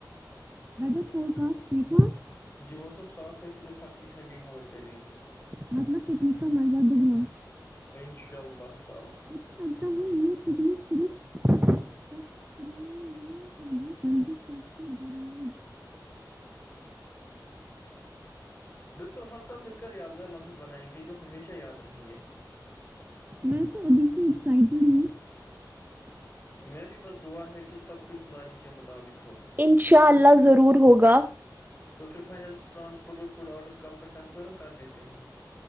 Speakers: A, on the right; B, on the left.
A: <unintelligible>
B: جی موسم صاف ہے صرف ہلکی ٹھنڈی ہوا چلے گی
A: مطلب پکنک کا مزہ دگنا ہو
B: ان شاء اللہ تعالی
A: ہمیں لگتا ہے یہ پکنک صرف <unintelligible>
B: بالکل ہم سب مل کر یادگار لمحے بنائیں گے جو ہمیشہ یاد رہیں گے
A: میں تو ابھی سے اسائیٹڈ ہوں
B: میں بھی بس دعا ہے کہ سب کچھ پلاننگ کے مطابق ہو
A: انشاء اللہ ضرور ہوگا
B: تو پھر فائنل سے ٹرانسپورٹ اور فوڈ آرڈر کل تک کنفرم کر لیتے ہیں